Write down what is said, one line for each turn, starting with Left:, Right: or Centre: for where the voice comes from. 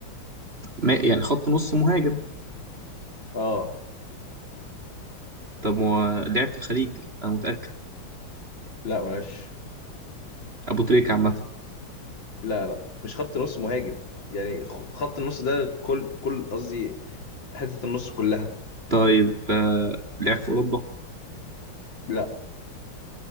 Right: ما... يعني خط نص مهاجم
Left: اه
Right: طب هو لعب في الخليج أنا متأكد
Left: لا معلش
Right: أبو تريكة عامة
Left: لا لا مش خط نص مهاجم يعني خ- خط النص ده كل كل قصدي حته النص كلها
Right: طيب آه. لعب في أوروبا
Left: لا